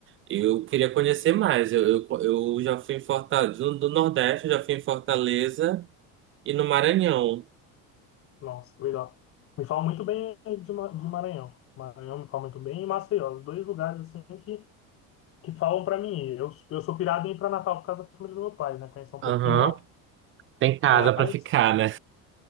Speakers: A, on the right; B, on the left.
A: Eu queria conhecer mais. Eu, eu, eu já fui em Fortaleza, do, do Nordeste, eu já fui em Fortaleza e no Maranhão.
B: Nossa, legal. Me falam muito bem de Ma- do Maranhão. Maranhão me fala muito bem e Maceió. Os dois lugares, assim, que, que falam pra mim. Eu, eu sou pirado em ir pra Natal por causa da família do meu pai, né? Conhecer um pouquinho
A: Aham,
B: lá.
A: Tem casa
B: Mas...
A: pra ficar, né?